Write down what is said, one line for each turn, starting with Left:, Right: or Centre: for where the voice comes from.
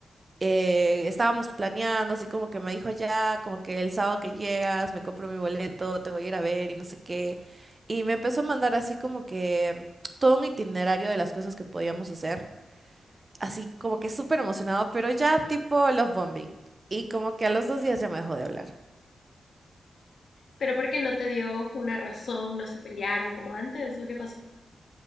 Right: eh, estábamos planeando, así como que me dijo ya, como que el sábado que llegas, me compro mi boleto, te voy a ir a ver y no sé qué. Y me empezó a mandar así como que mm, todo un itinerario de las cosas que podíamos hacer, así como que súper emocionado, pero ya tipo love bombing. Y como que a los dos días ya me dejó de hablar.
Left: Pero ¿por qué no te dio una razón? ¿No se pelearon como antes o qué pasó?